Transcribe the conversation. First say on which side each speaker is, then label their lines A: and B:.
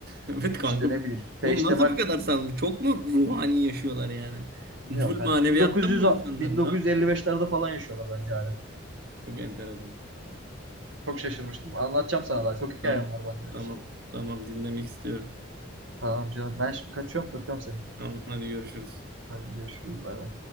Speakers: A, on the right; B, on the right.
A: Evet kanka.
B: İşte ne
A: bu-
B: bileyim. Peştemal
A: Oğlum nasıl bu kadar sağlam? Çok mu ruhani yaşıyorlar yani?
B: bilmiyorum
A: Full
B: kanka.
A: maneviyattan
B: 1900,
A: mı bu insanların
B: a- 1955'lerde
A: ha?
B: falan yaşıyorlar bence hala.
A: Çok enteresan.
B: Çok şaşırmıştım. Anlatacağım sana daha. Çok hikayem
A: Tamam.
B: var bana göre
A: Tamam.
B: işte.
A: Tamam dinlemek istiyorum.
B: Tamam canım. Ben şimdi kaçıyorum. Öpüyorum seni.
A: Tamam hadi görüşürüz.
B: Hadi görüşürüz. Bay bay.